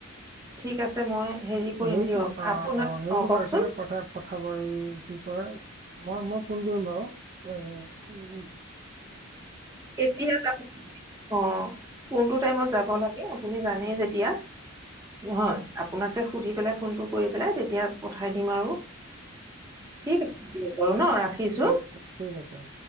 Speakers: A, on the right; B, on the right.
A: ঠিক আছে মই। হেৰি কৰিম
B: এই
A: দিয়ক
B: কথা
A: আপোনাক
B: অহ হেৰি
A: অ
B: কৰিব
A: কওকচোন
B: এখেতে কথা পঠাব এই কি। মই মই ফোন কৰিম বাৰু। উম, উম‌, উ, উ।
A: কেতিয়াবা অ কোনটো টাইমত যাব লাগে আপুনি জানিব। আহে যেতিয়া নহয়, আপোনাকে সুধি পেলায়, ফোনটো কৰি পেলায় তেতিয়া পঠাই দিম আৰু। ঠিক আছে দিয়া বাৰু নহ ৰাখিছো।
B: ঠিক ঠিক আছে